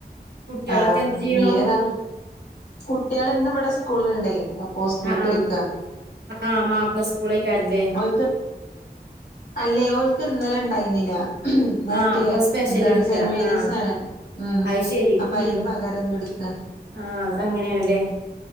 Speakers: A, on the right (about 85°); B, on the left (about 75°).
A: കുട്ടികളൊക്കെ
B: ആഹ്
A: എന്ത് ചെയ്യണു
B: മീന് ഇതാ കുട്ടികൾ ഇന്ന് ഇവിടെ സ്കൂളുണ്ടേ അപ്പൊ സ്കൂൾക്ക്
A: ആഹ്
B: പോയിക്കാ
A: ആ മാപ്പിള സ്കൂളേക്കാരല്ലേ
B: <unintelligible> അല്ലേ ഓൽക്ക് ക്ക് ഇന്നലെ ഇണ്ടായിന്നില്ല വാറ്റെ
A: ആഹ് അപ്പൊ സ്പെഷ്യൽ
B: എന്താണ്
A: എടുക്ക
B: സെന്റ് മേരീസ്
A: ആഹ്
B: ആണ് ആഹ്
A: അത് ശരി
B: അപ്പ
A: ഉം
B: അയിന് പകരം ഇന്ന് എട്ക്ക
A: ആഹ് അതങ്ങനെയാണ്ല്ലേ